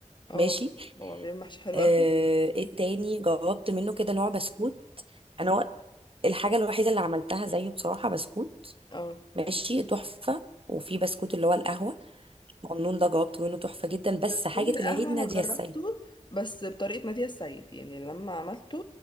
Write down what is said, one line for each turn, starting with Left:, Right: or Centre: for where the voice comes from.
Left: اه
Right: ماشي
Left: هو بيعمل محشي حلو
Right: آه
Left: أوي.
Right: ايه تاني جاوبت منه كده نوع بسكوت انا و- الحاجه الوحيده اللي عملتها زيه بصراحه بسكوت
Left: اه
Right: ماشي تحفه وفي بسكوت اللي هو القهوه النون ده جاوبته منه تحفة جدا بس
Left: بسكوت
Right: حاجة
Left: القهوة
Right: العيد نادية
Left: أنا جربته
Right: السيد
Left: بس بطريقة نادية السيد يعني لما عملته